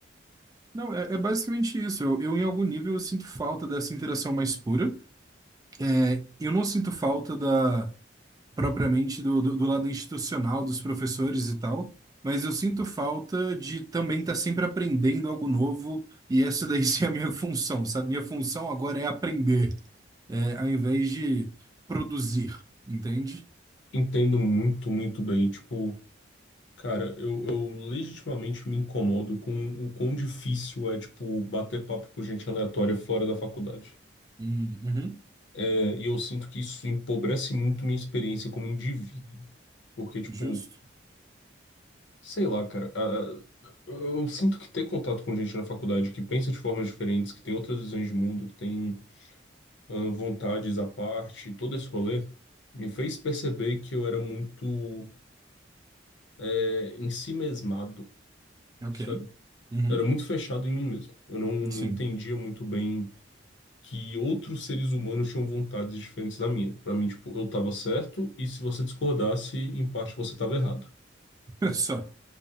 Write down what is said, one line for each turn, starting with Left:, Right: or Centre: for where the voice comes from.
Right: não, é, é basicamente isso. Eu, eu, em algum nível, eu sinto falta dessa interação mais pura. É, Eu não sinto falta da propriamente do, do, do lado institucional dos professores e tal, mas eu sinto falta de também estar sempre aprendendo algo novo e essa daí <laughs> sim é a minha função, sabe? Minha função agora é aprender, é, ao invés de produzir, entende?
Left: Entendo muito, muito bem. Tipo, cara, eu, eu legitimamente me incomodo com o quão difícil é, tipo, bater papo com gente aleatória fora da faculdade.
Right: Hum, Uhum,
Left: É, e eu sinto que isso empobrece muito minha experiência como indivíduo. Porque, tipo,
Right: justo,
Left: Sei lá, cara. Ah, eu sinto que ter contato com gente na faculdade que pensa de formas diferentes, que tem outras visões de mundo, que tem ah, vontades à parte, todo esse rolê, me fez perceber que eu era muito eh, em si mesmado,
Right: ok.
Left: sabe?
Right: Uhum,
Left: Eu era muito fechado em mim mesmo. Eu não, não
Right: sim,
Left: entendia muito bem que outros seres humanos tinham vontades diferentes da minha. Pra mim, tipo, eu tava certo e se você discordasse, em parte você tava errado,
Right: <laughs> só,